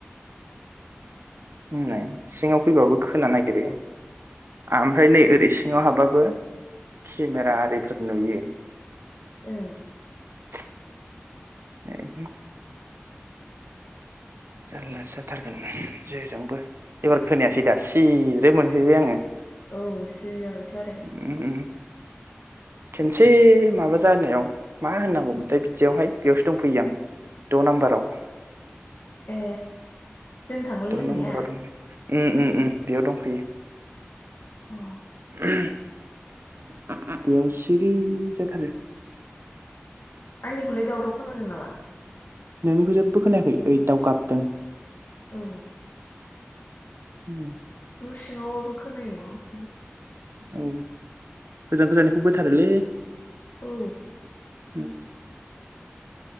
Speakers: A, on the right (about 65°); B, on the left (about 60°).
A: होननाय सिङाव फैबाबो खोनानो नागिरो। ओमफ्राय नै ओरै सिङाव हाबबाबो केमेरा आरिफोर नुयो।
B: ओ
A: <inaudible> ए जानलासो जाथारगोन जेजोंबो एबार खोनायासै दा सिरो मोनफैबाय आङो।
B: औ सिरि जाबायथ' आरो।
A: उम खेनसे माबा जानायाव मा होननांगौमोनथाय बिदियावहाय बेयावसो दंफैयो आं द' नाम्बाराव।
B: ए जों थांलाय
A: द'
B: लायनाया।
A: नाम्बाराव दं उम उम उम बेयाव दंफैयो।
B: अ
A: <inaudible> बेयाव सिरि जाथारो।
B: आंनिखौलाय दावराव खोनादों नामा?
A: नोंनिखौ जेबो खोनायाखै ओइ दावगाबदों।
B: औ
A: उम,
B: न' सिङावबाबो खोनायो। <unintelligible>
A: औ गोजान गोजानखौ बोथारोलै।
B: औ
A: <inaudible>